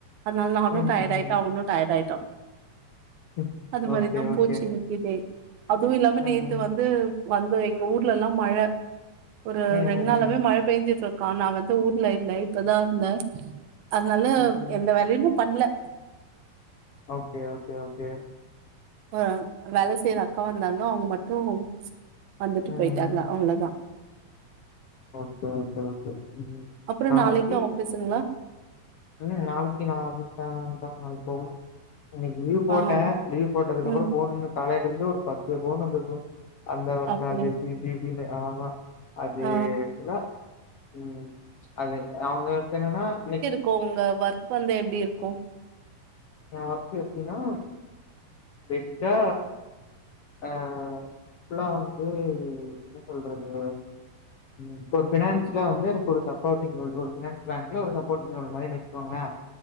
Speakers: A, on the right; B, on the left.
A: அதுனால நானும்
B: ம்,
A: டயட்
B: ம்,
A: ஆய்டேன் அவனு டயட் ஆய்ட்டான்
B: ம்.
A: அது மாரிதான்
B: ஓகே, ஓகே.
A: போச்சு இன்னிக்கி டே அதுவும் இல்லாம
B: ம்.
A: நேத்து வந்து வந்தோம் எங்க ஊர்லல்லாம் மழ ஒரு
B: ம், ம்,
A: ரெண்டு நாளாவே
B: ம்.
A: மழ பேஞ்சிச்சோ கா நா வந் து ஊர்ல இல்ல இப்பதான் வந்தே அதுனால
B: ம், ம்.
A: எந்த வேலையும் பண்ல
B: ஓகே ஓகே ஓகே
A: ஆஹ் வேல செய்யற அக்கா வந்தாங்க அவுங்க மட்டும் வந்துட்டு
B: ம்.
A: போய்ட்டாங்கா அவ்ளோதான்
B: ஓகே ஓகே ஓகே ம்
A: அப்புறோ
B: நாளக்கி
A: நாளைக்கு ஆஃபீஸுங்களா
B: உம் நாளைக்கி நான் ஆபீஸ் தான் அன் <unintelligible> போகணும் இன்னைக்கு லீவ் போட்டேன்
A: ஆ
B: லீவ் போட்டதுக்கப்புறம்
A: ம்
B: போனு காலேல இருந்து ஒரு பத்து போனு வந்துருக்கும் அந்த வெர்க்கு
A: அப்படி
B: அது இப்டி இப்டி இப்டி னு ஆமா அது
A: ஆ
B: <unintelligible> உம் அது அவுங்க வொர்க் என்னன்னா இன்னிக்
A: கு உங்க ஒர்க் வந்து எப்டி இருக்கும்
B: என் ஒர்க் எப்டின்னா பேசிக்கா அஹ் ஃபுல்லா வந்து என்ன சொல்றது இப்ப ஒரு பினான்ஸ்லா வந்து எனக்கு ஒரு சப்போர்டிங் ரோல் ஒரு பினான்ஸ் பேங்க்ல ஒரு சப்போர்ட்டிங் ரோல் மாரி வச்சுக்கோங்களேன்